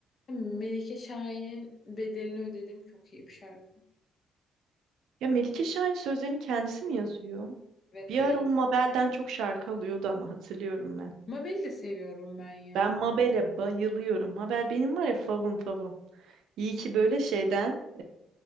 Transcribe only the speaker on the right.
Ya Melike Şahin sözlerini kendisi mi yazıyor?
Bir
ara o Mabel'den çok şarkı alıyordu ama hatırlıyorum ben.
Ben Mabel'e bayılıyorum. Mabel benim var ya favım favım. İyi ki böyle şeyden